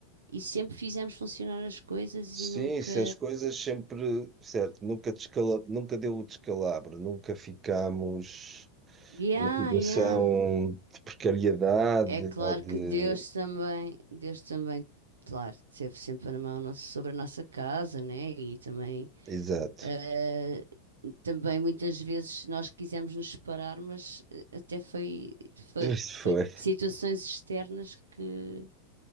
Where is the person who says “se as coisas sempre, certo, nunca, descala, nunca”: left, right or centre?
Right